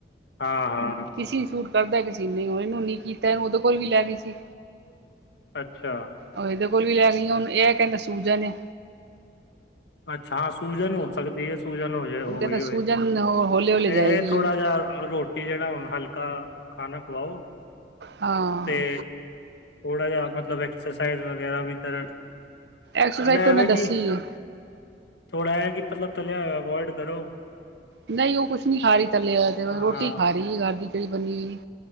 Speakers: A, on the left; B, on the right.
A: ਹਾਂ-ਹਾਂ।
B: ਕਿਸੀ ਸੂਟ ਕਰਦਾ, ਕਿਸੇ ਨ ਨਹੀਂ, ਹੁਣ ਇਹਨੂੰ ਨੀ ਕੀਤਾ ਉਹਦੇ ਕੋਲ ਵੀ ਲੈ ਗਈ ਸੀ।
A: ਅੱਛਾ।
B: ਉਹ ਇਹਦੇ ਕੋਲ ਵੀ ਲੈ ਗਈਆਂ, ਹੁਣ ਇਹ ਕਹਿੰਦਾ ਸੁਜਨ ਏ।
A: ਅੱਛਾ, ਹਾਂ, ਸੂਜ਼ਨ ਹੋ ਸਕ ਵੀ ਸੂਜਨ ਹੋ ਜਾਏ, ਓ
B: ਕਹਿੰਦਾ
A: ਵਧੀਆ ਵੇਖ,
B: ਸੂਜਨ ਹੌਲੇ ਹੌਲੇ ਜਾਏਗੀ
A: ਇਹ ਥੋੜਾ ਜਾ ਰੋ ਜਿਹੜਾ ਹੁਣ ਹਲਕਾ ਖਾਣਾ ਖਵਾਓ,
B: ਹਾਂ
A: ਤੇ ਥੋੜਾ ਜਿਹਾ, ਮਤਲਬ ਐਕਸਰਸਾਈਜ਼ ਵਗੈਰਾ ਵੀ ਕਰਨ।
B: ਐਕਸਰਸਾਈਜ਼
A: ਮਤਲਬ ਐਵੇਂ
B: ਤ ਓਹਨੇ
A: ਕਿ
B: ਦੱਸੀ ਏ।
A: ਥੋੜਾ ਹੈ ਕਿ, ਤਲਬ ਤਲਿਆ ਅਵੋਇਡ ਕਰੋ।
B: ਨਹੀਂ, ਉਹ ਕੁੱਛ ਨਹੀਂ ਖਾ ਰਹੀ ਤਲਿਆ ਹੋਇਆ ਤੇ,
A: ਹਾਂ
B: ਰੋਟੀ ਖਾ ਰਹੀ ਘਰ ਦੀ ਜਿਹੜੀ ਬਨੀ ਹੋਈ।